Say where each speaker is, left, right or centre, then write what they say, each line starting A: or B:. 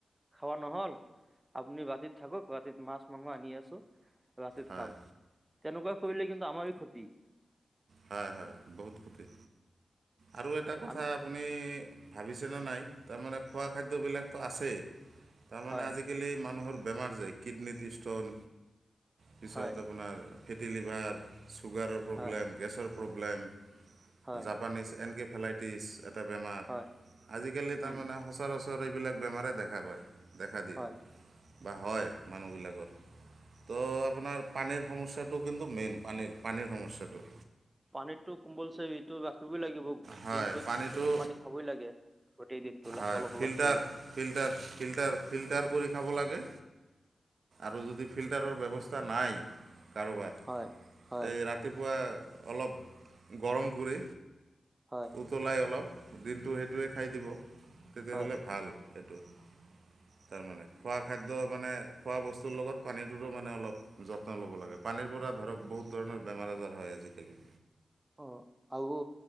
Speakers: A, on the right; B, on the right.
A: খাব নহল আপুনি বাতিত থাকক বাতিত মাছ মাংস আনি আছো ৰাতিত
B: হয়
A: খাম তেনেকুৱা কৰিলে কিন্তু আমাৰ ক্ষতি
B: হয় হয় বহুত ক্ষতি আৰু এটা কথা
A: আমি
B: আপুনি ভাবিছেনে নাই তাৰমানে খোৱা খাদ্যবিলাকতো আছেই তাৰমানে
A: হয়
B: আজিকালি মানুহৰ বেমাৰ যায় কিডনীত ষ্টোন পিছত
A: হয়
B: আপোনাৰ ফেটি লিভাৰ ছুগাৰৰ প্ৰব্লেম
A: হয়
B: গেছৰ প্ৰব্লেম
A: হয়
B: জাপানীছ এনকেফেলাইটিছ এটা বেমাৰ
A: হয়
B: আজিকালি তাৰমানে
A: উম
B: সচৰাচৰ এইবিলাক বেমাৰেই দেখা পায় দেখা দিয়ে
A: হয়
B: বা হয় মানুহবিলাকত তো আপোনাৰ পানীৰ সমস্যাটো কিন্তু মেইন পানীৰ পানীৰ সমস্যাটো
A: পানীটো কোম্বলছে এইটো ৰাখিবই লাগিব
B: হয়
A: দিনটোত
B: পানীটো
A: কিছু কম পানী খাবই লাগে গোটেই দিনটোলা
B: হয়
A: অলপ
B: ফিল্টাৰ
A: অলপ হৈ
B: ফিল্টাৰ ফিল্টাৰ ফিল্টাৰ কৰি খাব লাগে আৰু যদি ফিল্টাৰৰ ব্যৱস্থা নাই কাৰোবাৰ
A: হয় হয়
B: এই ৰাতিপুৱা অলপ গৰম কৰি
A: হয়
B: উতলাই অলপ দিনটো সেইটোৱে খাই দিব তেতিয়াহ'লে
A: হয়
B: ভাল এইটো তাৰ মানে খোৱা খাদ্য মানে খোৱা বস্তুৰ লগত পানীটোৰো মানে অলপ যত্ন ল'ব লাগে পানীৰ পৰা ধৰক বহুত ধৰণৰ বেমাৰ আজাৰ হয় আজিকালি
A: অ আৰু